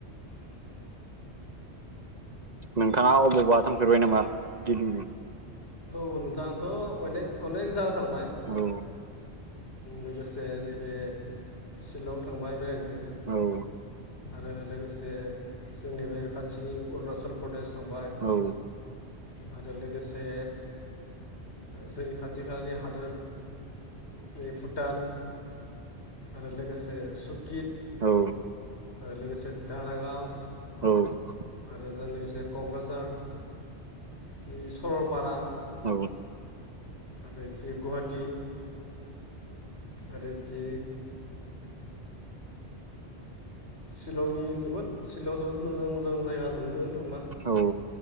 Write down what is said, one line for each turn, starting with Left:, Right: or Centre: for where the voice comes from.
Left: <inaudible>
Right: नोंथाङा अबावबा थांफेरबाय नामा गिदिंनो
Left: औ नोंथांथ' अनेक अनेक जागा थांबाय
Right: औ
Left: लोगोसे नैबे शिलं थांबाय बेरायनो
Right: औ
Left: आरो लोगोसे जोंनि बे खाथिनि अरुणाचल प्रदेश थांबाय
Right: औ
Left: आरो लोगोसे जोंनि खाथि खालानि हादोर नि भुटान आरो लोगोसे सुख
Right: औ
Left: आरो लोगोसे लोगोसे दधारागाव
Right: औ
Left: आरो जोंनि जे क'क्राझार बे सरलपारा
Right: औ
Left: आरो गुवाहाटि आरो जि शिलंनि जोबोद शिलंआव जोबोद मोजां मोजां जायगा नुनो मोनो थांबा
Right: औ